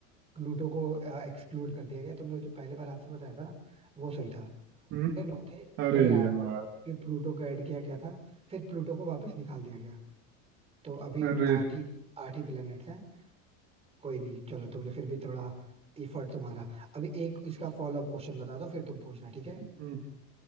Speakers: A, on the right (about 15°); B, on the right (about 40°).
A: प्लूटो को एक्सक्लूड कर दिया गया तुमने जो पहले बार आंसर बताया था ना वो सही था
B: हम्म
A: पहले नौ थे पहले
B: अरे
A: आठ
B: यार
A: थे फिर प्लूटो को ऐड किया गया था फिर प्लूटो को वापस निकाल दिया गया तो अभी
B: अरे
A: आठ ही आठ ही प्लैनेट्स हैं कोई नहीं चलो तुमने फिर भी थोड़ा इफर्ट तुम्हारा अभी एक इसका फॉलो अप क्वेश्चन बता दो फिर तुम पूछना ठीक है
B: हम्म